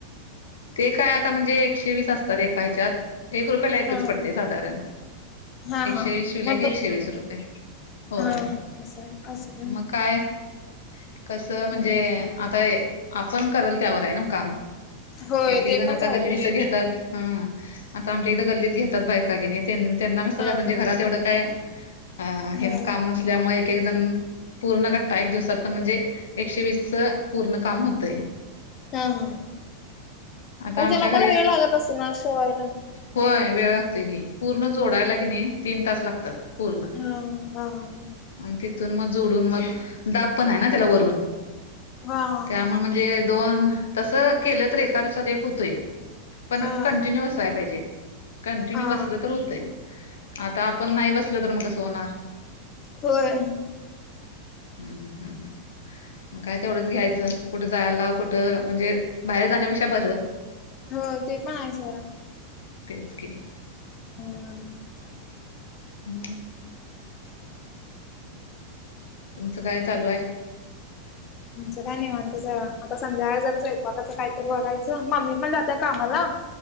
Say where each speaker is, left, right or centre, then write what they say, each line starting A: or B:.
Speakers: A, on the left; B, on the left.
A: ते कायं आंता म्हणजे एकशे वीस असतांत एकाच्यांत एक रुप एकचं
B: हा
A: पडते साधांरण
B: हा
A: एकशे
B: हा
A: वीस शिवले
B: मग
A: की
B: दो
A: एकशे वीस रुपये होयं
B: हा असं आहे असं आहे
A: मंग कायं कसं म्हणजे
B: हम्म
A: आंता आपणं करलं त्यांवर आहे नां कामं
B: होय
A: एक एक
B: ते
A: जणं
B: पण
A: आंता
B: झालंच
A: गल्लीत तिथं घेतांत हं आंता आमच्या एकदां गल्लीत घेतांत बायंका घेणी त्यांना नसं
B: हा
A: म्हणजे
B: हा.
A: घरांत एवढं कायं
B: हा
A: कामं नं मुळेणं पूर्णट एक दिवसांत पणं म्हणजे एके वीस पूर्ण कांम होतं
B: हां हां
A: आता
B: मंग
A: आमच्या
B: त्यांला पणं वेळं लागतं असतं नां शेव्हांयाला
A: होयं वेळं लागतोय की पूर्ण जोडांयला की नाहीं तीनं तास लागतांत पूर्ण
B: हंव हंव
A: आणि तिथूंन मंग जोडूंन मंग दांब पणं आहे नां त्यांला वरूंन
B: हा
A: त्यांमुळे म्हणजे दोन तसं केलं तरं एकां दिवसांत एक होतोयं पणं
B: हा
A: कंटिन्यू बसांयला पाहिजे कंटिन्यू
B: हा
A: बसलं तरं होतंय आंता आपणं नाहीं बसंल तरं मंग कसं होनांर
B: होयं
A: हम्मं हम्मं हम्मं हम्मं मंग कायं तेवढंच घ्यायचं कुठं जायंला कुठं म्हणजे बाहेर जाण्यांविषय बरं
B: हो ते पणं आहे मायं सारं
A: तेचं की
B: हम्मं
A: हम्मं तुमचं कायं चालूं आहे
B: तुमचं कायं नाहीं म्हणतं सवं आंता संध्याकांळ जरां स्वयंपाकाचं कांहींतरी बघायचं मम्मी पणं जात्यां कामांला